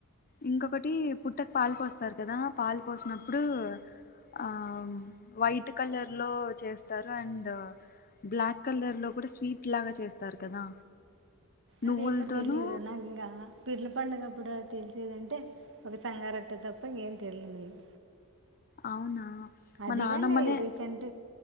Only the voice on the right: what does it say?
అదేమ తెలియదుదన్నా ఇంకా పిరుల పడుగప్పుడు తెలిసేదంటే ఒక సంగారట్ట తప్ప ఏం తెలియదు మీరు
అది
కాండి రీసెంట్